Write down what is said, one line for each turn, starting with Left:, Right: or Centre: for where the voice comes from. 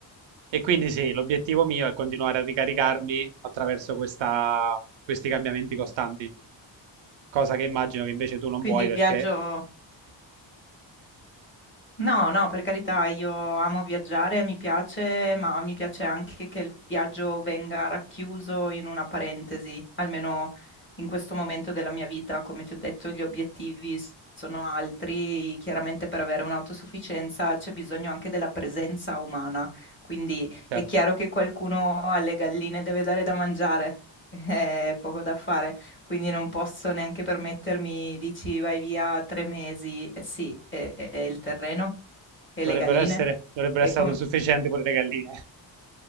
Right: E quindi sì, l'obiettivo mio è continuare a ricaricarmi attraverso questa, questi cambiamenti costanti cosa che immagino che invece tu non
Left: Quindi
Right: vuoi
Left: il
Right: perché
Left: viaggio. No, no, per carità, io amo viaggiare, mi piace, ma mi piace anche che il viaggio venga racchiuso in una parentesi, almeno in questo momento della mia vita, come ti ho detto, gli obiettivi s- sono altri, chiaramente per avere un'autosufficienza c'è bisogno anche della presenza umana, quindi
Right: certo,
Left: è chiaro che qualcuno alle galline deve dare da mangiare, <laughs> è poco da fare quindi non posso neanche permettermi, dici vai via tre mesi, eh sì, e, e- e il terreno e
Right: dovrebbero
Left: le galline.
Right: essere, dovrebbero
Left: E
Right: essere
Left: com-
Right: autosufficienti pure le galline. <laughs>